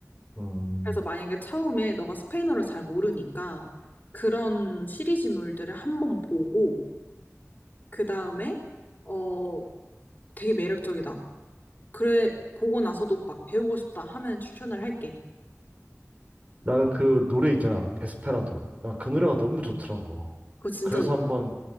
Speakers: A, on the right (about 25°); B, on the left (about 35°).
A: 음.
B: 그래서 만약에 처음에 너가 스페인어를 잘 모르니까 그런 시리즈물들을 한번 보고, 그 다음에, 어, 되게 매력적이다. 그래, 보고 나서도 막 배우고 싶다 하면 추천을 할게.
A: 나는 그 노래 있잖아, 데스페라도. 난 그 노래가 너무 좋더라고.
B: 그거 진짜,
A: 그래서
B: 어,
A: 한번